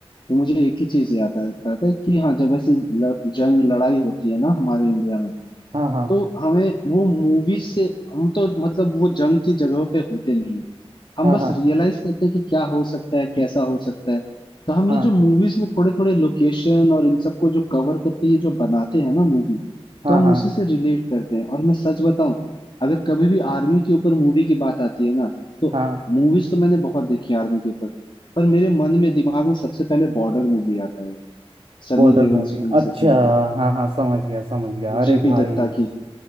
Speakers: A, on the left; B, on the right.
A: तो मुझे एक ही चीज याद आता है कि हाँ जब ऐसी ल- जंग लड़ाई होती है ना हमारे इंडिया में
B: हाँ
A: तो हमें वो मूवीज से हम तो मतलब वो जंग की जगह पे होते नहीं है हम
B: हाँ
A: बस
B: हाँ
A: रियलाइज करते हैं कि क्या हो सकता है कैसा हो सकता है तो हम
B: हाँ
A: ये जो मूवीज में थोड़े थोड़े लोकेशन और इन सबको जो कवर करके ये जो बनाते हैं ना मूवी
B: हाँ
A: तो हम
B: हाँ हाँ
A: उसी से रिलेट करते हैं और मैं सच बताऊं अगर कभी भी आर्मी के ऊपर मूवी की बात आती है ना तो
B: हाँ,
A: मूवीज तो मैंने बहुत देखी है आर्मी के ऊपर पर मेरे मन में दिमाग में सबसे पहले बॉर्डर मूवी आता है सनी
B: बॉर्डर
A: देओल
B: मूवी
A: सुनील
B: अच्छा
A: शेट्टी वाला
B: हाँ हाँ समझ गया समझ गया अरे
A: जेपी
B: भाई
A: दत्ता की